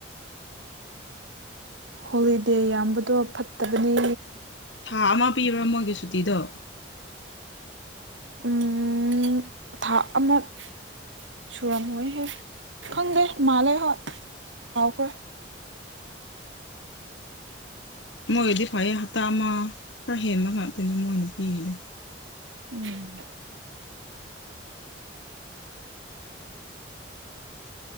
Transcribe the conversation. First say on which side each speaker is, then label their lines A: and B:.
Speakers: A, on the right; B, on the left.
A: ꯍꯣꯂꯤꯗꯦ ꯌꯥꯝꯕꯗꯣ ꯐꯠꯇꯕꯅꯦ
B: ꯊꯥ ꯑꯃ ꯄꯤꯕ꯭ꯔꯥ ꯃꯣꯏꯒꯤ ꯁꯨꯇꯤꯗꯣ
A: ꯎꯝ ꯊꯥ ꯑꯃꯛ ꯁꯨꯔꯝꯃꯣꯏꯍꯦ ꯈꯪꯗꯦ ꯃꯥꯜꯂꯦ ꯍꯣꯏ ꯀꯥꯎꯈ꯭ꯔꯦ
B: ꯃꯣꯏꯒꯤꯗꯤ ꯐꯌꯦ ꯍꯞꯇꯥ ꯑꯃ ꯈꯔ ꯍꯦꯟꯕ ꯉꯥꯛꯇꯅꯤ ꯃꯣꯏꯅ ꯄꯤꯔꯤꯗꯤ
A: ꯎꯝ